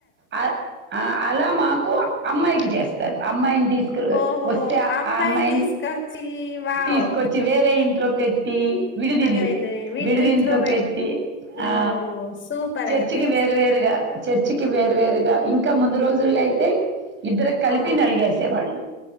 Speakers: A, on the right (about 25°); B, on the left (about 30°).
A: అ అలా మాకు అమ్మాయికి జేస్తారు అమ్మాయిన్ తీస్కు
B: ఓహో!
A: ఒస్తే ఆ అమ్మాయిని
B: తీసుకొచ్చి వావ్!
A: తీస్కోచ్చి వేరే ఇంట్లో పెట్టి విడిదిల్లు
B: అదేదో వీడి
A: విడిదింట్లో
B: దీంట్లో
A: పెట్టి ఆ
B: ఓహ్! సూపర్
A: చర్చికి
B: అయితే.
A: వేరు వేరుగా గ చర్చికి వేర్వేరుగా ఇంక ముందు రోజుల్లో అయితే ఇద్దరిక్కాలిపి
B: ఆ!
A: నలుగేసే వాళ్ళు